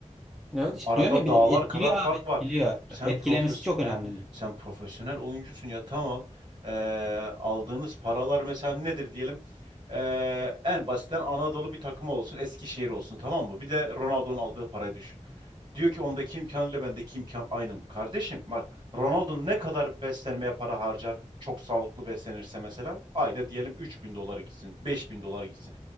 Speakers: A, in the centre; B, on the right.
A: Evet işte
B: Arada
A: diyorum ya bir-
B: dağlar
A: de etkiliyor
B: kadar fark
A: abi
B: var.
A: etkiliyor.
B: Sen
A: Etkilemesi
B: profesyonel,
A: çok önemli.
B: sen profesyonel oyuncusun ya tamam. Ee, aldığınız paralar mesela nedir diyelim? Ee, en basitten Anadolu bir takımı olsun, Eskişehir olsun tamam mı? Bir de Ronaldo'nun aldığı parayı düşün. Diyor ki ondaki imkanıyla bendeki imkan aynı mı? Kardeşim bak Ronaldo ne kadar beslenmeye para harcar? Çok sağlıklı beslenirse mesela ayda diyelim 3000 doları gitsin, 5000 doları gitsin.